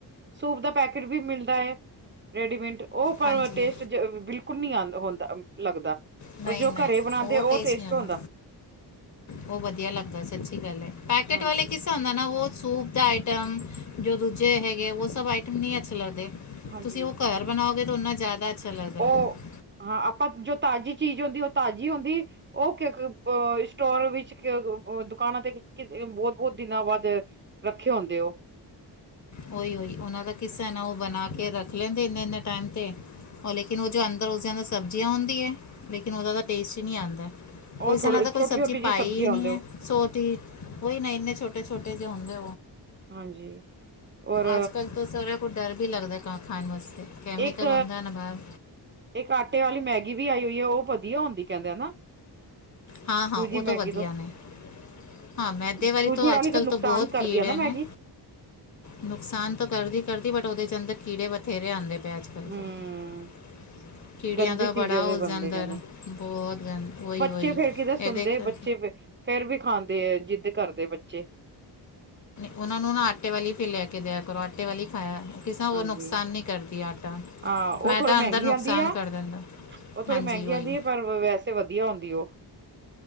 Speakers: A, on the right (about 30°); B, on the left (about 45°).
A: ਸੂਪ ਦਾ ਪੈਕਟ ਵੀ ਮਿਲਦਾ ਹੈ। ਰੇਡੀਮੇਟ ਉਹ ਪਰ
B: ਹਾਂਜੀ
A: ਟੇਸਟ ਬਿਲਕੁਲ। ਕੁੁੰਨੀ ਆ ਹੁੰਦਾ ਲੱਗਦਾ
B: ਨਹੀਂ
A: ਉਹ ਜੋ
B: ਨਹੀਂ
A: ਘਰੇ ਬਣਾਉਂਦੇ ਉਹ ਟੇਸਟ
B: ਨਹੀਂ ਆਉਂਦਾ
A: ਹੁੰਦਾ।
B: ਉਹ ਵਧੀਆ ਲੱਗਦਾ ਸਚੀ ਗਲ ਹੈ। ਪੈਕੇਟ
A: ਹਾਂਜੀ
B: ਵਾਲੇ ਕਿ ਉੁਦਾ ਸੂਪ ਦਾ ਆਈਟਮ ਜੋ ਦੂਜੇ ਹੈਗੇ ਉਹ ਸਭ ਆਈਟਮ ਨਹੀ ਅਛੇ ਲੱਗਦੇ
A: ਹਾਂਜੀ
B: ਤੁਸੀ ਉਹ ਘਰ। ਬਣਾਓਗੇ ਤਾਂ ਓੰਨਾ ਜ਼ਿਆਦਾ ਅੱਛਾ ਲੱਗਦਾ।
A: ਉਹ
B: ਉਹ
A: ਹਾਂ ਆਪਾਂ ਜੋ ਤਾਜ਼ੀ ਚੀਜ਼ ਹੁੰਦੀ ਉਹ ਤਾਜ਼ੀ ਹੁੰਦੀ। ਉਹ ਕਿਕ ਅ ਸਟੋਰ ਵਿੱਚ ਦੁਕਾਨਾਂ ਤੇ ਕਿ ਬਹੁਤ ਬਹੁਤ ਦਿਨਾਂ ਬਾਅਦ ਰੱਖੇ ਹੁੰਦੇ ਉਹ
B: ਓਹੀ ਉਈ ਉਹਨਾਂ ਦਾ ਕਿੱਸਾ ਨਾ ਉਹ ਬਣਾ ਕੇ ਰੱਖ ਰ ਲੈਂਦੇ ਇੰਨੇ ਇਨੇ ਟਾਈਮ ਤੇ ਉਹ ਲੇਕਿਨ ਉਹ ਜੋ ਅੰਦਰ ਉਸਦੇ ਅੰਦਰ। ਸਬਜ਼ੀਆਂ ਆਉਂਦੀਆਂ ਹੈ ਲੇਕਿਨ ਉਹਦਾ ਤਾਂ ਟੇਸਟ ਹੀ ਨਹੀਂ ਆਉਂਦਾ। ਪੁਈ
A: ਉਹ ਥੋੜੇ
B: ਨਾਲ ਤਾਂ ਕੋਈ
A: ਛੋਟੀ
B: ਸਬਜ਼ੀ
A: ਛੋਟੀ ਜਿਹੀ
B: ਪਾਈ
A: ਸਬਜ਼ੀਆਂ
B: ਹੀ ਨਈ
A: ਆਉਂਦੇ
B: ਹੈ
A: ਉਹ
B: ਸੋਟੀ। ਕੋਈ ਨਾ ਇੰਨੇ ਛੋਟੇ ਛੋਟੇ ਜੇ ਹੁੰਦੇ।
A: ਹਾਂਜੀ। ਔਰ
B: ਅੱਜ ਕੱਲ੍ਹ ਤਾਂ ਸਾਰਿਆਂ ਕੁ ਡਰ ਵੀ ਲੱਦਾਾ ਖਾਣ ਵਾਸਤੇ। ਕੈਮੀਕਲ
A: ਇੱਕ
B: ਹੁੰਦਾ ਨਾ ਬਾਹਰ
A: ਇੱਕ ਆਟੇ ਵਾਲੀ ਮੈਗੀ ਵੀ ਆਈ ਹੋਈ ਹੈ ਉਹ ਵਧੀਆ ਹੁੰਦੀ ਕਹਿੰਦੇ ਹਨ ਨਾ।
B: ਹਾਂ ਹਾਂ
A: ਦੂਜੀ
B: ਉਹ ਤੋਂ
A: ਮੈਗੀ
B: ਵਧੀਆ ਨੇ। ਹਾਂ ਮੈਦੇ
A: ਦੂਜੀ
B: ਵਾਲੀ ਤੋਂ ਅੱਜ
A: ਤਾਂ
B: ਕੱਲ੍ਹ
A: ਨੁਕਸਾਨ
B: ਤੋਂ ਬਹੁਤ
A: ਕਰਦੀ
B: ਕੀੜੇ
A: ਆ ਨਾ ਮੈਗੀ
B: ਨੇ। ਨੁਕਸਾਨ ਤਾਂ ਕਰਦੀ ਕਰਦੀ ਬਟ ਉਹਦੇ ਚ ਅੰਦਰ ਕੀੜੇ ਬਥੇਰੇ ਆਉਂਦੇ ਪਏ ਅੱਜ ਕੱਲ੍ਹ
A: ਹਮ
B: ਤਾਂ। ਹ। <inaudible> ਕੀੜਿਆਂ
A: ਗੰਦੀ
B: ਦਾ
A: ਚੀਜ਼ਾਂ
B: ਬੜਾ ਉਸਦੇ
A: ਦੇ ਬਣਦੇ
B: ਅੰਦਰ
A: ਕਹਿੰਦੇ
B: ਬਹੁਤ ਗੰਦ ਓਈ ਓਈ
A: ਬੱਚੇ
B: ਹੋਹੀ
A: ਫੇਰ ਕਿਤੇ ਸੁਣਦੇ
B: ਇਹਦੇ ਕਰ।
A: ਬੱਚੇ ਫੇਰ ਵੀ ਖਾਂਦੇ ਆ ਜਿਦ ਕਰਦੇ ਬੱਚੇ।
B: ਉਹਨਾ ਨੂੰ ਨਾ ਆਟੇ ਵਾਲੀ ਫਿਰ ਲੈ ਕੇ ਦਆ ਕਰੋ ਆਟੇ ਵਾਲੀ ਖਾਇਆ ਕਿਸੇ ਹੋਰ
A: ਹਾਂਜੀ
B: ਨੁਕਸਾਨ ਨਹੀ। ਕਰਦੀ ਏ ਆਟਾ।
A: ਹਾਂ ਉਹ
B: ਮੈਦਾ
A: ਥੋੜੀ ਮਹਿੰਗੀ
B: ਅੰਦਰ ਨੁਕਸਾਨ
A: ਆਉਂਦੀ ਆ
B: ਕਰ ਦਿੰਦਾ
A: ਉਹ ਥੋੜੀ
B: ਹਾਂਜੀ
A: ਮਹਿੰਗੀ
B: ਉਹੀ
A: ਆਉਂਦੀ ਹੈ ਪਰ। ਵੈਸੇ ਵਧੀਆ ਹੁੰਦੀ ਏ ਉਹ।